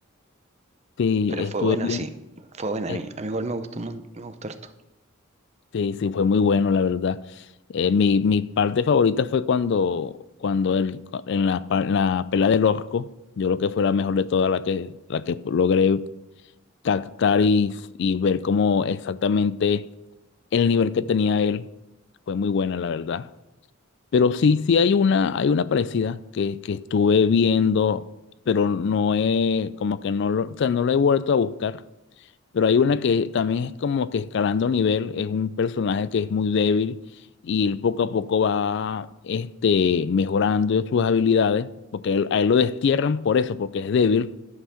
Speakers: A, on the left; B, on the right.
A: Sí,
B: Pero
A: estuve
B: fue buena,
A: bien.
B: sí, fue buena
A: Este,
B: a mí. A mí igual me gustó, un mon- me gustó harto.
A: sí, fue muy bueno, la verdad. Eh, mi, mi parte favorita fue cuando, cuando el, en la, pa- en la pelea del orco, yo creo que fue la mejor de todas, la que, la que logré captar y, y ver cómo exactamente el nivel que tenía él fue muy buena, la verdad. Pero sí, sí hay una, hay una parecida que, que estuve viendo, pero no he, como que no lo, o sea, no la he vuelto a buscar. Pero hay una que también es como que escalando nivel, es un personaje que es muy débil y él poco a poco va este, mejorando sus habilidades, porque él- a él lo destierran por eso, porque es débil